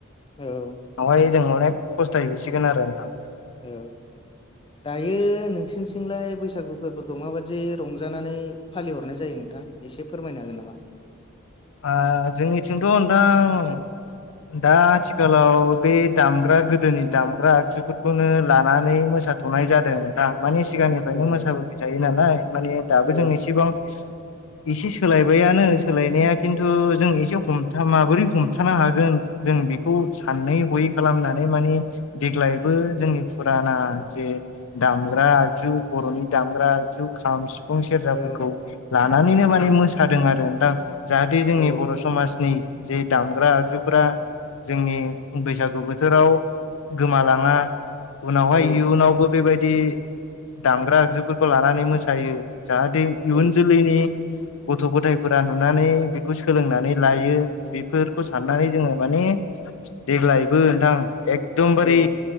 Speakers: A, on the left; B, on the left.
A: औ।
B: बेवहाय जों अनेख फसथाय हैसिगोन आरो नोंथां।
A: औ दायो नोंसिनिथिंलाय बैसागु फोरबोखौ माबायदि रंजानानै फालिहरनाय जायो नों नोंथां एसे फोरमायनो हागोन नामा?
B: ओ जोंनिथिंथ' नोंथां। दा आथिखालाव बे दामग्रा गोदोनि दामग्रा आगजुफोरखौनो लानानै मोजां। मोसाथ'नाय जादों नोंथां। मानि सिगांनिफ्रायनो
A: औ
B: मोसाबोबाय थायो नालाय माने दाबो
A: औ
B: जों एसेबां। एसे सोलायबायानो सोलायनाया खिन्थु जों एसे हमथा माबोरै हमथानो हागोन जों बेखौ सानै हयै खालामनानै माने देग्लायबो जोंनि फुराना जे दामग्रा आगजु बर'नि दामग्रा आगजु खाम सिफुं सेरजाफोरखौ
A: औ
B: लानानैनो माने मोसादों आरो नोंथां जाहाथे जोंनि
A: औ
B: बर' समाजनि जे दामग्रा आगजुफ्रा। जोंनि बैसागु बोथोराव गोमालाङा उनावहाय
A: औ
B: इयुनावबो बेबायदि दामग्रा आगजुफोरखौ लानानै मोसायो। जाहाथे इयुन
A: औ
B: जोलैनि गथ' गथायफोरा नु नानै बेखौ सोलोंनानै लायो बेफोरखौ साननानै जोङो माने देग्लायबो नोंथां एकदमबारि
A: औ